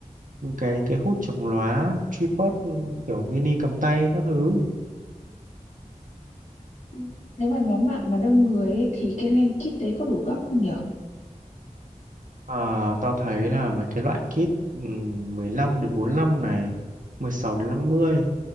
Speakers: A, on the right; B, on the left.
A: cái cái hút chống lóa tripod ừ, kiểu mini cầm tay các thứ
B: Ừ. Nếu mà nhóm bạn mà đông người ấy, thì cái lens kit đấy có đủ góc không nhở?
A: Ờ, tao thấy là mấy cái loại kit ừm, 15 đến 45 này 16 đến 50